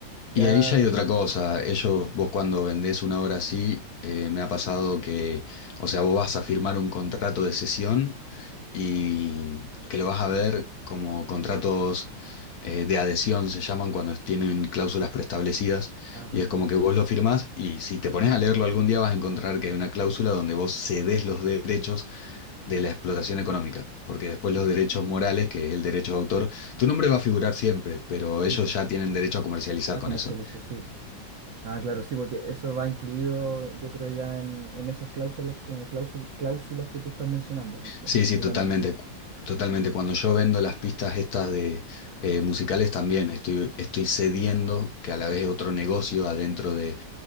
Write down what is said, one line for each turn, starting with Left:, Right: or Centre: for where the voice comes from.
Right: ya.
Left: Y ahí ya hay otra cosa. Ellos, vos cuando vendés una obra así, eh, me ha pasado que, o sea, vos vas a firmar un contrato de cesión y que lo vas a ver como contratos eh, de adhesión, se llaman cuando tienen cláusulas preestablecidas.
Right: Ah, claro.
Left: Y es como que vos lo firmás y si te pones a leerlo algún día vas a encontrar que hay una cláusula donde vos cedes los derechos de la explotación económica. Porque después los derechos morales, que es el derecho de autor, tu nombre va a figurar siempre, pero ellos
Right: Sí, pues.
Left: ya tienen derecho a comercializar
Right: A
Left: con
Right: comercializar,
Left: eso.
Right: sí. po. Ah, claro, sí, porque eso va incluido, yo creo, ya en, en esas cláusulas, eh, cláusul- cláusulas que tú estás mencionando, pues, eh,
Left: Sí,
Right: seguramente.
Left: sí, totalmente, cu- totalmente. Cuando yo vendo las pistas estas de eh, musicales también estoy, estoy cediendo que a la vez es otro negocio adentro de,